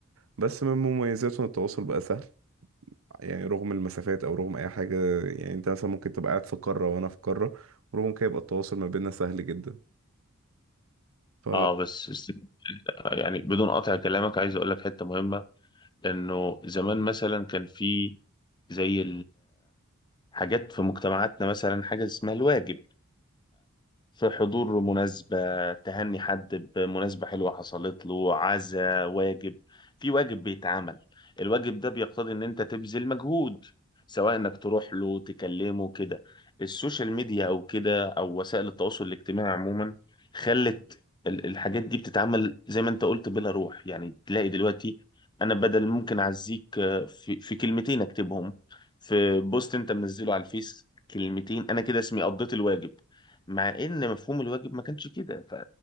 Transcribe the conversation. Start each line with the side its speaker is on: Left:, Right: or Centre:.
Right: بس من مميزاته إن التواصل بقى سهل يعني رغم المسافات أو رغم أي حاجة يعني أنت مثلا ممكن تبقى قاعد في قارة وأنا في قارة ورغم كده يبقى التواصل ما بيننا سهل جدا ف
Left: اه بس بس- يعني بدون قطع كلامك عايز اقول لك حته مهمه انه زمان مثلا كان في زي الحاجات في مجتمعاتنا مثلا حاجه اسمها الواجب في حضور مناسبة تهني حد بمناسبة حلوة حصلت له عزا واجب في واجب بيتعمل الواجب ده بيقتضي ان انت تبذل مجهود سواء انك تروح له تكلمه كده السوشيال ميديا او كده او وسائل التواصل الاجتماعي عموما خلت ال- الحاجات دي بتتعمل زي ما انت قلت بلا روح يعني تلاقي دلوقتي انا بدل ممكن اعزيك آه، في, في كلمتين اكتبهم في بوست انت منزله على الفيس كلمتين انا كده اسمي قضيت الواجب مع ان مفهوم الواجب ما كانش كده